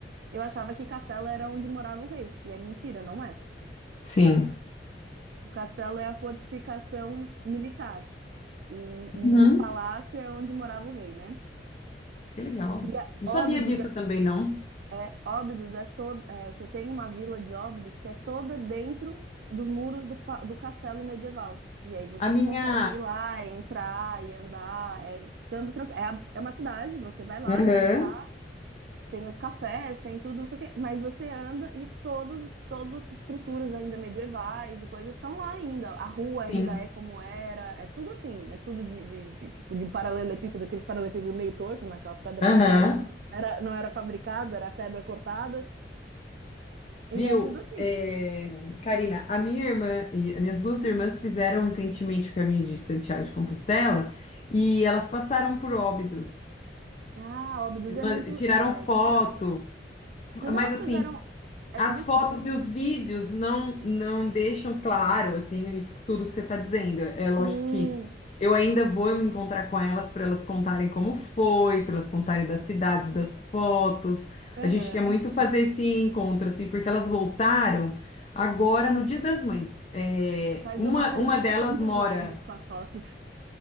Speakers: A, on the right (about 70°); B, on the left (about 40°).
A: eu achava que castelo era onde morava o rei. E é mentira, não é?
B: sim.
A: O castelo é a fortificação militar e,
B: Uhum,
A: e o palácio é onde morava o rei, né?
B: que legal.
A: E a
B: Não
A: Óbidos
B: sabia disso
A: é,
B: também, não.
A: é Óbidos é toda, você tem uma vila de Óbidos que é toda dentro dos muros do, pa- do castelo medieval. E aí você
B: A minha.
A: consegue ir lá, entrar e andar, é, você anda tranquilo. É, a- é uma cidade, você vai lá
B: Aham,
A: visitar Tem os cafés, tem tudo, não sei o quê, mas você anda e todos, todas as estruturas ainda medievais e coisas estão lá ainda. A rua ainda
B: sim.
A: é como era, é tudo assim, é tudo de, de, de- tipo, de paralelepípedo, aqueles paralelepípedos meio torto, né? Aquelas pedras
B: Aham.
A: meio tortas, porque não era, não era fabricada, era pedra cortada, e
B: Viu?
A: é tudo assim.
B: É, Karina, a minha irmã e as minhas duas irmãs fizeram recentemente o caminho de Santiago de Compostela e elas passaram por Óbidos.
A: Ah, Óbidos é
B: Ma-
A: muito,
B: Tiraram
A: é,
B: foto,
A: que legal.
B: f-
A: Mas
B: mas
A: elas
B: assim,
A: fizeram, é,
B: as
A: desculpa,
B: fotos e os vídeos não não deixam claro, assim, isso que- tudo que você está dizendo. É lógico
A: hum,
B: que eu ainda vou me encontrar com elas para elas contarem como foi, para elas contarem das cidades, das fotos.
A: aham.
B: A gente quer muito fazer esse encontro, assim, porque elas voltaram agora no Dia das Mães. É,
A: Faz
B: uma,
A: uma apresentação
B: uma delas
A: de
B: mora
A: slides com as fotos.